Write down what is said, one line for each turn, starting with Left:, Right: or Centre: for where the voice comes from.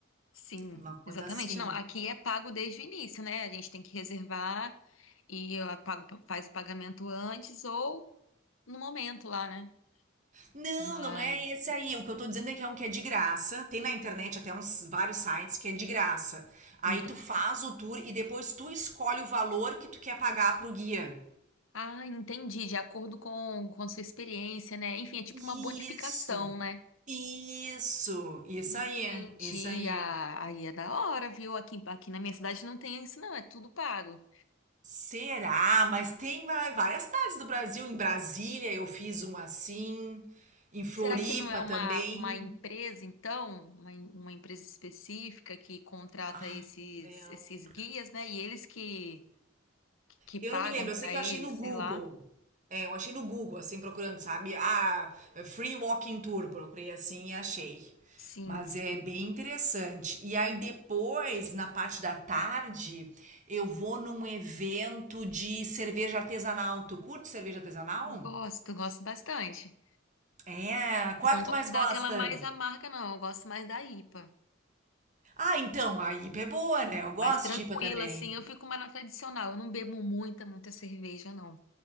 Left: Sim,
Right: Uma coisa
Left: exatamente.
Right: assim.
Left: Não, aqui é pago desde o início, né? A gente tem que reservar e eu pago, faz o pagamento antes ou no momento lá, né?
Right: Não,
Left: Mas.
Right: não é esse aí. O que eu tô dizendo é que é um que é de graça. Tem na internet até uns vários sites que é de graça. Aí
Left: ente-
Right: tu faz o tour e depois tu escolhe o valor que tu quer pagar pro guia.
Left: Ah, entendi. De acordo com, com a sua experiência, né? Enfim, é tipo
Right: Isso,
Left: uma bonificação, né?
Right: isso, isso
Left: Entendi.
Right: aí, isso aí.
Left: Ah, aí é da hora, viu? Aqui, aqui na minha cidade não tem isso, não. É tudo pago.
Right: Será? Mas tem va- várias cidades do Brasil. Em Brasília eu fiz um assim. Em Floripa
Left: Será que não é uma,
Right: também.
Left: uma empresa, então? Uma, em- uma empresa específica que contrata
Right: Ai,
Left: esses,
Right: não me
Left: esses
Right: lembro.
Left: guias, né? E eles que, que, que pagam
Right: Eu não me lembro.
Left: para
Right: Eu sei que eu
Left: eles,
Right: achei no Google.
Left: sei lá.
Right: É, eu achei no Google, assim, procurando, sabe? Ah, Free Walking Tour. Procurei assim e achei.
Left: Sim,
Right: Mas
Left: sim.
Right: é bem interessante. E aí depois, na parte da tarde, eu vou num evento de cerveja artesanal. Tu curte cerveja artesanal?
Left: Gosto, gosto bastante.
Right: É, qual é que
Left: Gosto
Right: tu mais
Left: daquela
Right: gosta?
Left: mais amarga, não. Eu gosto mais da IPA.
Right: Ah, então, a IPA é boa, né? Eu gosto
Left: Mais tranquila,
Right: de IPA também.
Left: assim. Eu fico mais na tradicional. Eu não bebo muita, muita cerveja, não.